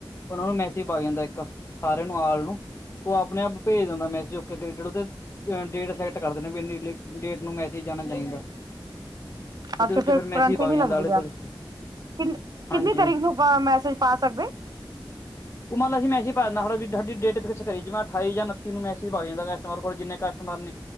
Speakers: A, on the left; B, on the right.
A: ਉਹਨਾਂ ਨੂੰ ਮੈਸੇਜ ਪਾ ਜਾਂਦਾ ਇੱਕ ਸਾਰਿਆਂ ਨੂੰ, ਆਲ ਨੂੰ ਉਹ ਆਪਣੇ ਆਪ ਭੇਜ ਦਿੰਦਾ ਮੈਸੇਜ <unintelligible> ਡੇਟ ਸਿਲੈਕਟ ਕਰਦੇ ਨੇ ਵੀ ਇੰਨੀ ਡੇਟ ਨੂੰ ਮੈਸੇਜ ਜਾਣਾ ਚਾਹੀਦਾ ਉਹਦੇ
B: ਅੱਛਾ
A: ਵਿੱਚ
B: ਫੇਰ
A: ਫਿਰ ਮੈਸੇਜ
B: ਪਨਲਟੀ
A: ਵਗ
B: ਨਹੀਂ
A: ਜਾਂਦਾ
B: ਲੱਗਦੀ
A: ਆਲੇ ਦੁਆਲੇ
B: ਆ, ਕਿੰ ਕਿੰਨੀ
A: ਹਾਂਜੀ
B: ਤਾਰੀਕ ਨੂੰ ਆ ਮੈਸੇਜ ਪਾ ਸਕਦੇ?
A: ਉਹ ਮਤਲਬ ਅਸੀਂ ਮੈਸੇਜ ਪਾ ਦੇਣਾ ਹੁਣ ਅਸੀਂ ਸਾਡੀ ਡੇਟ ਫਿਕਸ ਕਰੀ, ਜਿਵੇਂ ਅਠਾਈ ਜਾਂ ਉਨੱਤੀ ਨੂੰ ਮੈਸੇਜ ਪਾ ਦਈਦਾ ਹੈ। ਨੋਰਮਲ ਜਿੰਨੇ ਕਸਟਮਰ ਨੇ,